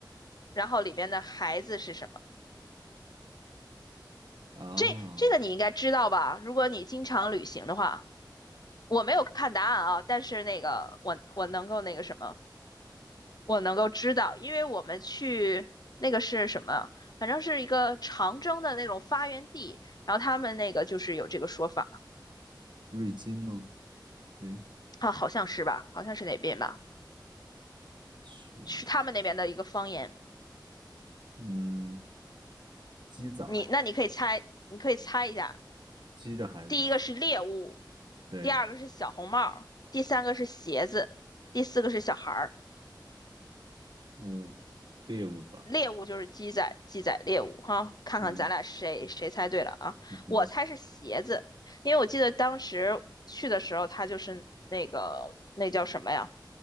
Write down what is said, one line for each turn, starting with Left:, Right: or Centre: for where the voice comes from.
Left: 然后里边的孩子是什么？
Right: 啊，
Left: 这这个你应该知道吧？如果你经常旅行的话，我没有看答案啊，但是那个我我能够那个什么，我能够知道，因为我们去那个是什么，反正是一个长征的那种发源地，然后他们那个就是有这个说法
Right: 瑞金吗？诶
Left: 啊，好像是吧，好像是哪边吧，
Right: 是，
Left: 是他们那边的一个方言。
Right: 嗯，鸡崽儿，
Left: 你那你可以猜，你可以猜一下，
Right: 鸡的孩子，
Left: 第一个是猎物，
Right: <laughs> 对，
Left: 第二个是小红帽第三个是鞋子，第四个是小孩儿。
Right: 嗯，猎物吧，
Left: 猎物就是鸡仔，鸡仔猎物哈，看看咱俩谁谁猜对了啊？
Right: 嗯哼，嗯哼，
Left: 我猜是鞋子，因为我记得当时去的时候，他就是那个那叫什么呀？